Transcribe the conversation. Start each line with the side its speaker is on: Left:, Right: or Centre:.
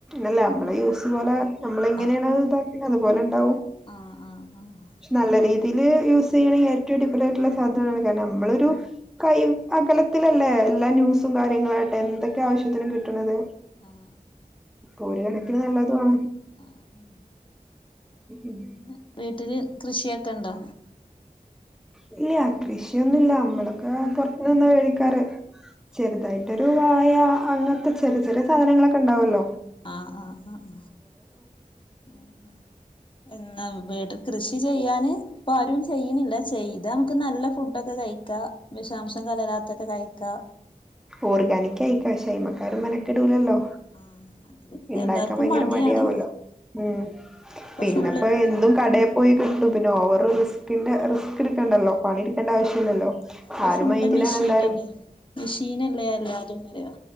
Centre: അല്ല അമ്മള് യൂസ് പോലെ അമ്മളി ഇങ്ങനേണ്
Left: ആഹ്
Centre: <unintelligible> അതുപോലെ ഇണ്ടാവും
Left: ആഹ് ആഹ് ആഹ്
Centre: നല്ല രീ ഇത് യൂസ് ചെയ്യാണെങ്കി ഏറ്റം അടിപൊള്യായിട്ട്ള്ള സാധനാണ് നമ്മളൊരു കൈയും അകലം ത്തിലല്ലേ എല്ലാ ന്യൂസും കാര്യങ്ങളാട്ടെ എന്തൊക്കാവശ്യത്തിന് കിട്ട്ണത്
Left: ആഹ്
Centre: പോരു കണക്കിന് നല്ലതോണ്.
Left: അഹ് ആഹ്,
Centre: ഉം
Left: പിന്നെ വീട്ടില് കൃഷ്യ ക്കെണ്ടോ
Centre: ഇല്ല കൃഷിയൊന്നുല്ല അമ്മള്ക്ക് പൊറത്ത് നിന്ന വേടിക്കാർ ചെറുതായിട്ടൊരു <unintelligible> ഇയാ അങ്ങൻതെ ചെറി ചെറ്യേ സാധനങ്ങളൊക്കെ ഇണ്ടാവൊള്ളു
Left: ആഹ് ആഹ് ആഹ്, ആഹ് എന്നാ വിട് കൃഷി ചെയ്യാന് പ്പാരും ചെയ്യ്ണില്ല ചെയ്താംക്ക് നല്ല ഫുഡൊക്കെ കഴിക്കാ വിഷാംശം കലരാത്തത് കഴിക്കാ
Centre: ഓർഗാനിക്കയിക്കോ പക്ഷേ അയ്മക്കാരും മെനക്കെടൂലല്ലോ
Left: ആഹ് അത്
Centre: ഇണ്ടാക്കാൻ
Left: എല്ലാർക്കും
Centre: ഭയങ്കര
Left: മടിയാണ്
Centre: മടിയാവ്വല്ലോ ഉം
Left: ഇപ്പൊ
Centre: പിന്നെപ്പോ
Left: ഫുള്ള്
Centre: എന്തും കടേ പോയി കിട്ടും പിന്നെ ഓവർ റിസ്കിന്റെ റിസ്കെടുക്കണ്ടല്ലോ പണിട്ക്കണ്ട ആവശ്യില്ലല്ലോ
Left: ഇപ്പൊ
Centre: ആരു
Left: ഫുള്ള്
Centre: മൈന്റിലാണെല്ലാരും
Left: മെഷീനല്ലേ മെഷീനല്ലേ എല്ലാതും പറയാ